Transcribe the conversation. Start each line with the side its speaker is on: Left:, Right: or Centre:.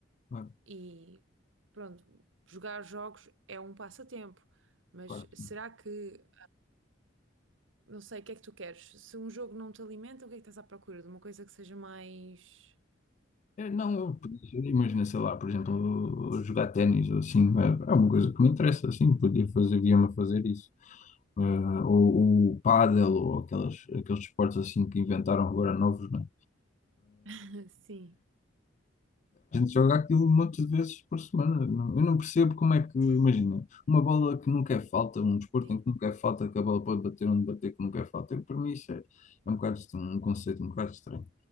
Left: claro,
Right: E pronto, jogar jogos é um passatempo. Mas
Left: claro que
Right: será
Left: sim.
Right: que, não sei, o que é que tu queres? Se um jogo não te alimenta, o que é que estás à procura? De uma coisa que seja mais.
Left: É, não, eu podia, imagina, sei lá, por exemplo, jogar ténis ou assim, é, é uma coisa que me interessa, assim, podia fazer, via-me a fazer isso. Eh, ou o pádel, ou aquelas, aqueles esportes assim que inventaram agora novos, né?
Right: <laughs> Sim,
Left: A gente joga aquilo um monte de vezes por semana. Não- Eu não percebo como é que, imagina, uma bola que nunca é falta, um desporto
Right: sim.
Left: em que nunca é falta, que a bola pode bater onde bater, que nunca é falta. Eu, para mim, isso é, é um bocado estranho, um conceito um bocado estranho.